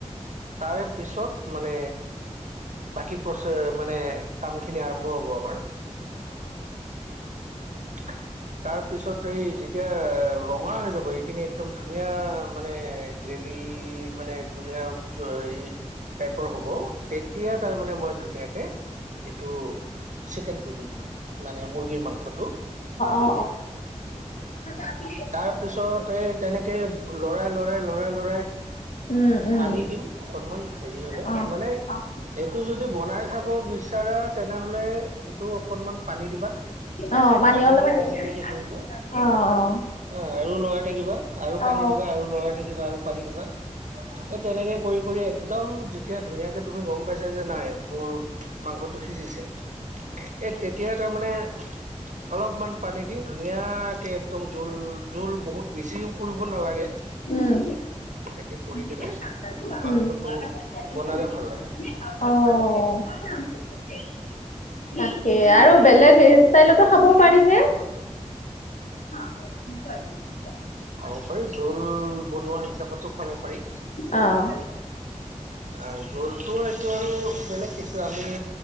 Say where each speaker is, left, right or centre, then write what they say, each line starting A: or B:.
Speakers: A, on the right (about 85°); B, on the left (about 80°).
A: তাৰে পিছত মানে, বাকী প্ৰচে মানে কাম খিনি আৰম্ভ হ'ব আমাৰ। <inaudible> তাৰ পিছত এই যেতিয়া ৰঙা হৈ যাব এইখিনি একদম ধুনীয়া মানে গ্ৰেভী মানে জুল জুল টাইপৰ হ'ব, তেতিয়া তাৰ মানে মই ধুনীয়াকে এইটো চিকেনটো দি দিওঁ, মানে মুৰ্গীৰ মাংসটো।
B: অ অ অ
A: তাৰ পিছত এই তেনেকে, লৰাই লৰাই লৰাই লৰাই
B: উম, উম।
A: পানী দিম অকনমান হেৰি হ'লে,
B: অ',
A: মানে
B: অ'।
A: এইটো যদি বনাই খাব বিচাৰা তেনেহলে সেইটো অকণমান পানী দিবা,
B: অ',
A: পানী
B: অলপমান
A: দি তেনেকৈ
B: দিব।
A: হেৰি কৰিবা।
B: অ', অ'।
A: অ' আৰু লৰাই থাকিবা আৰু পানী
B: অ', অ'। অ',
A: দিবা আৰু লৰাই থাকিবা আৰু পানী দিবা। এ তেনেকে কৰিম। কৰি একদম যেতিয়া ধুনীয়াকে তুমি গ'ম পাইছ যে নাই মোৰ মাংসটো সিজিছে, এ তেতিয়া তাৰমানে, অলপমান পানী দি ধুনীয়াকে একদম জোল জোল বহুত বেছিও কৰিব নালাগে।
B: উম।
A: তেনেকে কৰি কেনে
B: <inaudible> <unintelligible>
A: মাংসটো বনালে
B: উম,
A: ভাল লাগে
B: অ'। তাকে, আৰু বেলেগ হে ষ্টাইলতো খাব পাৰিনে? হয় <unintelligible>
A: খাব পাৰি, জোল বনোৱা হিচাপতো খাব পাৰি।
B: অ'অঁ।
A: আহ জোলটো এইটো আৰু বেলেগ, কিন্তু আমি